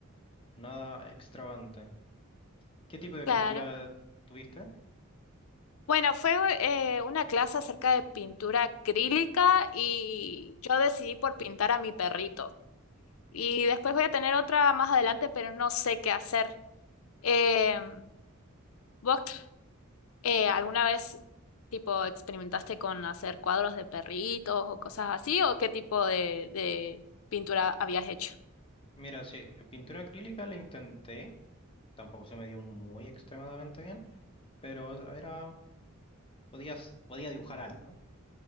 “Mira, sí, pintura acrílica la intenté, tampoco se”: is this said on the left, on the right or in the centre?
Left